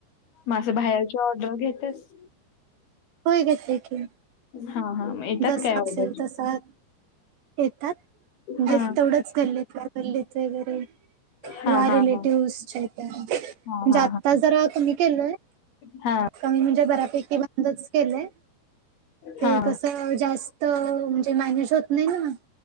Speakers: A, on the left; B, on the right.
A: म बाहेरची ऑर्डर घेतस?
B: होय घेेते की.
A: हा, हा येतात
B: जसं
A: काय ऑर्डर?
B: असेल तसा येतात बस
A: हा
B: तेवढंच गल्लीतल्या गल्लीत वगैरे. किंवा
A: हा हा
B: रिलेटिव्हसच्या
A: हा हा हा
B: आत्ता
A: हा
B: जरा तुम्ही केलय?
A: हा
B: कमी म्हणजे बऱ्यापैकी बंदच केलंय ते
A: हा
B: कस जास्त तर म्हणजे मॅनेज होत नाही ना.